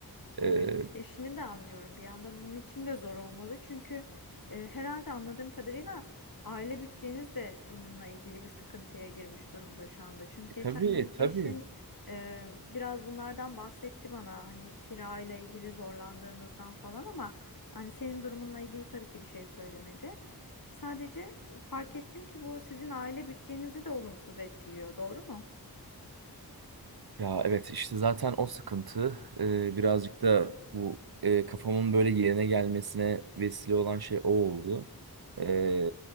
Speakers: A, on the left (about 60°); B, on the right (about 70°).
A: Evet,
B: E,
A: eşini de anlıyorum. Bir yandan onun için de zor olmalı. Çünkü e, herhalde anladığım kadarıyla aile bütçeniz de bununla ilgili bir sıkıntıya girmiş durumda şu anda. Çünkü geçen
B: tabii
A: gün
B: tabii.
A: eşin e, biraz bunlardan bahsetti bana. Hani kirayla ilgili zorlandığınızdan falan ama hani senin durumunla ilgili tabii ki bir şey söylemedi. Sadece e, fark ettim ki bu sizin aile bütçenizi de olumsuz etkiliyor, doğru mu?
B: Ya evet işte zaten o sıkıntı e, birazcık da bu e, kafamın böyle yerine gelmesine vesile olan şey o oldu. E,